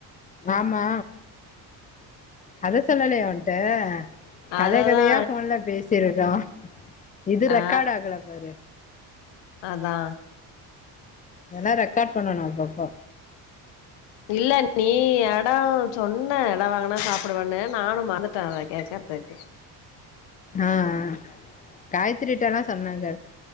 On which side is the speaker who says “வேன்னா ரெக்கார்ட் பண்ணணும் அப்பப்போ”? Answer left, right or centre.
Left